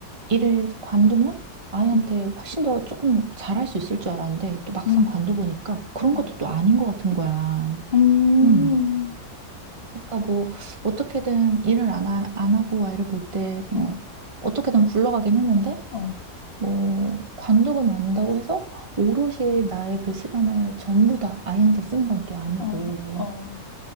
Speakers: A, on the right; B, on the left.
A: 일을 관두면 아이한테
B: 음,
A: 훨씬 더 조금 잘할 수 있을 줄 알았는데 또 막상
B: 음,
A: 관둬보니까 그런
B: 음,
A: 것도
B: 어,
A: 또 아닌 것 같은 거야.
B: 음,
A: 음. 그러니까 뭐 어떻게든 일을 안, 하, 안 하고 아이를 볼 때 뭐
B: 어,
A: 어떻게든 굴러가긴 했는데
B: 어,
A: 뭐 관두고 만다고 해서 오롯이 나의 그 시간을 전부 다 아이한테 쓴 건 또 아니고
B: 어, 어.